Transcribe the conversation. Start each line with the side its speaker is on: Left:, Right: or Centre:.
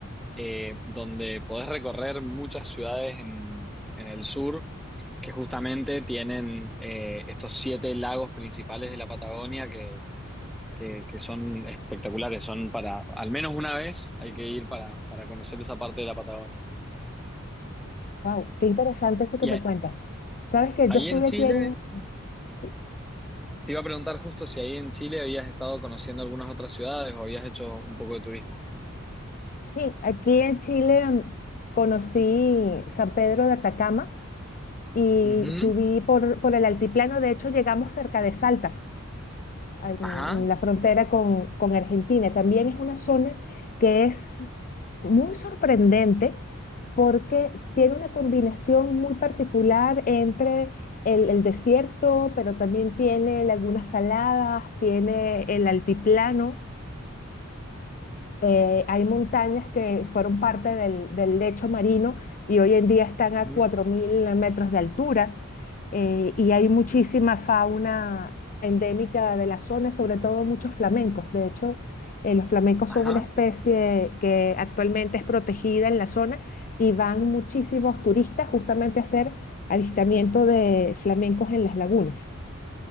Centre: eh, donde podés recorrer muchas ciudades en, en el sur que justamente tienen eh, estos siete lagos principales de la Patagonia que, que, que son espectaculares, son para, al menos una vez hay que ir para, para conocer esa parte de la Patagonia.
Left: Wow, qué interesante eso que
Centre: Y
Left: me
Centre: a-
Left: cuentas. Sabes que
Centre: ahí
Left: yo estuve
Centre: en Chile
Left: aquí en, sí,
Centre: Te iba a preguntar justo si ahí en Chile habías estado conociendo algunas otras ciudades o habías hecho un poco de turismo.
Left: sí, aquí en Chile mm, conocí San Pedro de Atacama y
Centre: Ujú,
Left: subí por, por el altiplano. De hecho, llegamos cerca de Salta. al- en
Centre: Ajá.
Left: la frontera con, con Argentina. También es una zona que es muy sorprendente porque tiene una combinación muy particular entre el, el desierto, pero también tiene lagunas saladas, tiene el altiplano. Eh, hay montañas que fueron parte del, del lecho marino y hoy en día están a
Centre: ujú,
Left: 4.000 metros de altura eh, y hay muchísima fauna endémica de la zona, sobre todo muchos flamencos. De hecho, eh, los flamencos
Centre: Ajá.
Left: son una especie que actualmente es protegida en la zona y van muchísimos turistas justamente a hacer avistamiento de flamencos en las lagunas.